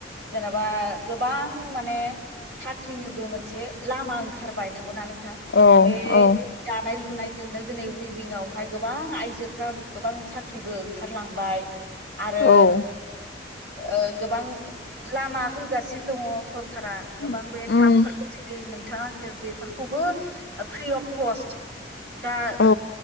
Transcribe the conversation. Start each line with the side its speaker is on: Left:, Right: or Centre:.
Right: जेनेबा गोबां माने साख्रिनोबो मोन से लामा ओंखारनांगौ नोंथां
Left: औ
Right: बे
Left: औ
Right: दानाय लुनाय जोंनो दिनै उइभिं आवहाय गोबां आइजोफ गोबां साख्रिबो ओंखारलांबाय आरो
Left: औ
Right: ओ गोबां लामा होगासिनो दङ सर कारा गोबां
Left: उम
Right: बे थाकफोरखौ जेरै नोंथाङा होनदों बेफोरखौबो फ्रि अफ <unintelligible> कस्ट दा
Left: औ